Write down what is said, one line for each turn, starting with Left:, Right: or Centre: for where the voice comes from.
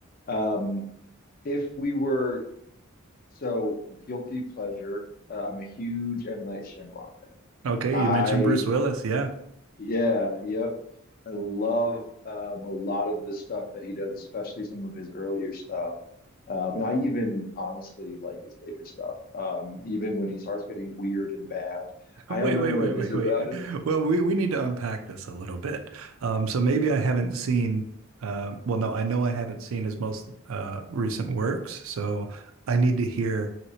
Left: Um, if we were so guilty pleasure. Uh, I'm a huge M. Night Shyamalan fan.
Right: Okay,
Left: I
Right: you mentioned Bruce Willis. Yeah.
Left: yeah, yep. I love um, a lot of the stuff that he does, especially some of his earlier stuff. Um, and I even honestly like his later stuff. Um, even when he starts getting weird and bad,
Right: <laughs> Wait,
Left: I don't know
Right: wait,
Left: what
Right: wait,
Left: it
Right: wait,
Left: is about
Right: wait.
Left: it.
Right: <laughs> Well, we we need to unpack this a little bit. Um, so maybe I haven't seen uh, well, no, I know I haven't seen his most uh, recent works, so I need to hear